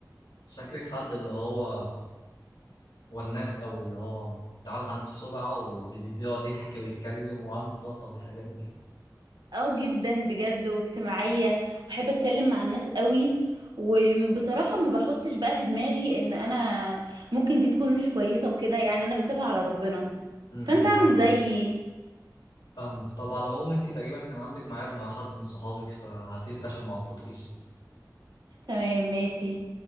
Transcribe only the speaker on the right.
اه جدا بجد واجتماعية واحب اتكلم مع الناس قوي وبصراحة ما بحطش بقى في دماغي ان انا ممكن دي تكون مش كويسة وكده يعني انا بسيبها على ربنا
فانت اعمل
زيي
تمام ماشي